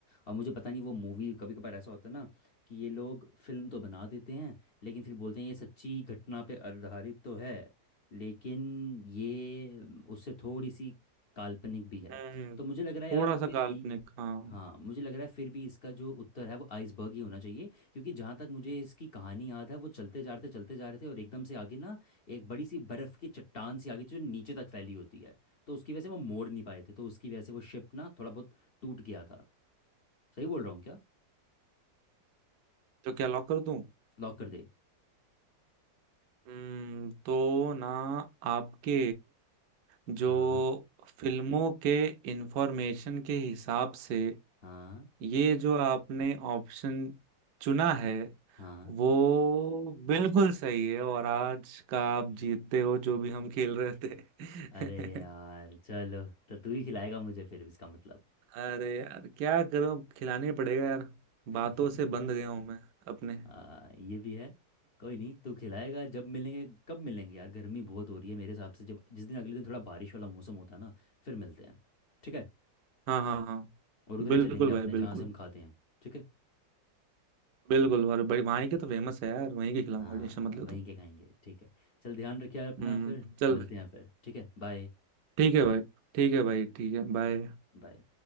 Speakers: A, on the left; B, on the right.
A: और मुझे पता नहीं वो मूवी कभी कभार ऐसा होता है ना कि ये लोग फिल्म तो बना देते हैं लेकिन फिर बोलते हैं ये सच्ची घटना पे आधारित तो है लेकिन ये उससे थोड़ी सी काल्पनिक भी है
B: हम्म
A: तो मुझे लग
B: थोड़ा
A: रहा है यार फिर
B: सा काल्पनिक
A: भी
B: हाँ
A: हाँ मुझे लग रहा है फिर भी इसका जो उत्तर है वो आइसबर्ग ही होना चाहिए क्योंकि जहाँ तक मुझे इसकी कहानी याद है वो चलते जा रहे थे चलते जा रहे थे और एकदम से आगे ना एक बड़ी सी बर्फ़ की चट्टान सी आ गई थी जो नीचे तक फैली होती है तो उसकी वजह से वो मोड़ नहीं पाए थे तो उसकी वजह से वो शिप ना थोड़ा बहुत टूट गया था सही बोल रहा हूँ क्या
B: तो क्या लॉक कर दूं
A: लॉक कर दे
B: हम्म तो ना आपके जो
A: हाँ
B: फिल्मों के इंफॉर्मेशन के हिसाब से
A: हाँ
B: ये जो आपने ऑप्शन चुना है
A: हाँ
B: वो बिल्कुल सही है और आज का आप जीतते हो जो भी हम खेल रहे थे
A: अरे यार
B: <laughs>
A: चलो तो तू ही खिलाएगा मुझे फिर इसका मतलब
B: अरे यार क्या करूं खिलाने पड़ेगा यार
A: <laughs>
B: बातों से बंध गया हूं मैं अपने <laughs>
A: आ, ये भी है कोई नहीं तू खिलाएगा जब मिलेंगे कब मिलेंगे यार गर्मी बहुत हो रही है मेरे हिसाब से जब जिस दिन अगले दिन थोड़ा बारिश वाला मौसम होता है ना फिर मिलते हैं ठीक है
B: हाँ हाँ हाँ
A: और उधर
B: बिल्कुल
A: ही चलेंगे अपने
B: भाई
A: जहाँ
B: बिल्कुल
A: से हम खाते हैं ठीक है
B: बिल्कुल और भाई वहीं के तो फेमस है यार वहीं के खिलाऊंगा
A: हाँ
B: टेंशन मत ले
A: वहीं
B: तू
A: के खाएंगे ठीक है चल ध्यान रखिए यार अपना
B: हम्म
A: फिर
B: चल
A: मिलते
B: भाई
A: हैं फिर ठीक है बाय
B: ठीक है भाई ठीक है भाई ठीक है बाय
A: बाय